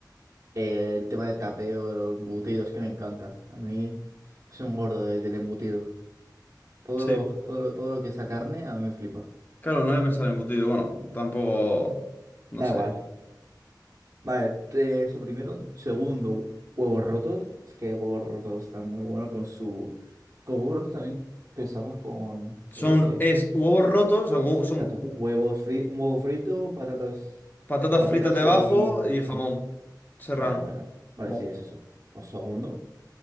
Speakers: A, on the right; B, on the left.
A: eh, el tema de tapeo, de embutidos, que me encanta. A mí soy un gordo de- del embutido. Todo
B: Sí,
A: lo, todo lo- todo lo que sea carne a mí me flipa.
B: claro, no he pensado en embutido. Bueno, tampoco, no
A: Da
B: sé.
A: igual. Vale, te- eso primero. Segundo, huevos rotos. Es que huevos rotos están muy buenos con su... Con huevos rotos también pensamos con...
B: Son,
A: Eh,
B: es huevos rotos, son, hue- son
A: tanto,
B: hu-
A: huevos fri- un huevo frito, patatas...
B: patatas
A: Patatas
B: fritas debajo
A: y...
B: y
A: mamón.
B: jamón serrano.
A: Vale, vale, vale. Vale,
B: Buah.
A: sí, es eso. Pues segundo.